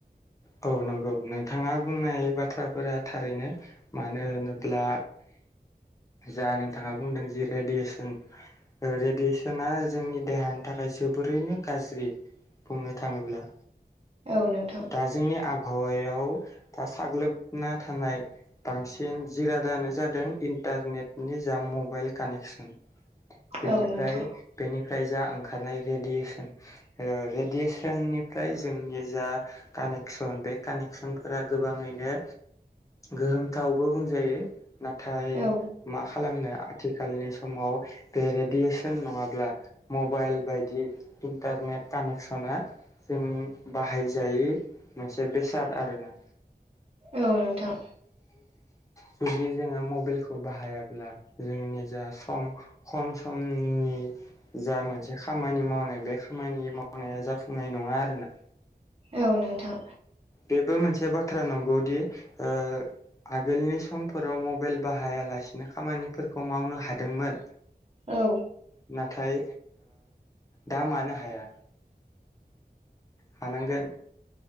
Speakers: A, on the left (about 20°); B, on the right (about 35°).
A: औ नंगौ नोंथाङा बुंनाय बाथ्राफोरा थारैनो मानो होनोब्ला जा नोंथाङा बुंदों जे रेडियेसन रेडियेसना जोंनि देहानि थाखाय जोबोरैनो गाज्रि। बुंनो थाङोब्ला।
B: औ नोंथां।
A: दा जोंनि आबहावायाव दा साग्लोबना थानाय। बांसिन जिरादानो जादों इन्टारनेटनि जा मबाइल कानेक्सन बेनिफ्राय
B: औ नोंथां
A: बेनिफ्राय जा ओंखारनाय रेडियेसन रेडियेसननिफ्राय जोंनि जा कानेक्सन बे कानेकसनफोरा गोबाङैनो गोहोमथावबो बुंजायो। नाथाय
B: औ
A: मा खालामनो आथिखालनि समाव बे रेडियेसन नङाब्ला मबाइल बायदि इन्टारनेट कानेक्सना जों बाहायजायो बेसाद आरो ना।
B: औ नोंथां।
A: जुदि जोङो मबाइलखौ बाहायाब्ला जोंनि जा सम खम समनि जा मोनसे खामानि मावनाय बे खामानि मावनाया जाफुंनाय नङा आरोना।
B: औ नोंथां।
A: बेबो मोनसे बाथ्रा नंगौदि ओ आगोलनि समफोराव मबाइल बाहायालासिनो खामानिफोरखौ मावनो हादोंमोन।
B: औ।
A: नाथाय दा मानो हाया। हानांगोन